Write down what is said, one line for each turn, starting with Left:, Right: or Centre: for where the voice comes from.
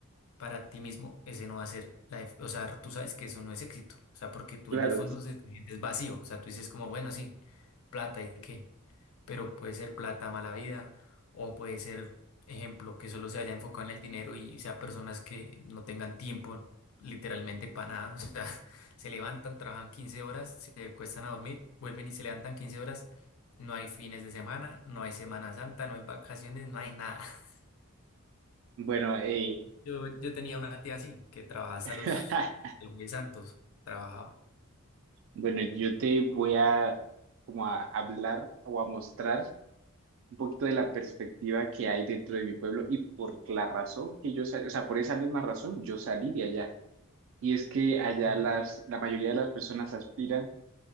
Left: para ti mismo ese no va a ser la, def- o sea, tú sabes que eso no es éxito, o sea, porque tú
Right: Claro,
Left: en el fondo se- te sientes vacío, o sea, tú dices como, bueno, sí, plata y qué. Pero puede ser plata mala vida o puede ser, ejemplo, que solo se haya enfocado en el dinero y sea personas que no tengan tiempo literalmente para nada. <laughs> O sea, se levantan, trabajan 15 horas, se cuestan a dormir, vuelven y se levantan 15 horas. No hay fines de semana, no hay Semana Santa, no hay vacaciones, no hay nada. <laughs>
Right: bueno, eh,
Left: Yo, yo tenía una tía así, que trabajaba hasta
Right: <laughs>
Left: los, hasta los jueves santos, trabajaba.
Right: bueno, yo te voy a como a hablar o a mostrar un poquito de la perspectiva que hay dentro de mi pueblo y por la razón que yo salí, o sea, por esa misma razón yo salí de allá. Y es que allá
Left: Sí.
Right: las, la mayoría de las personas aspiran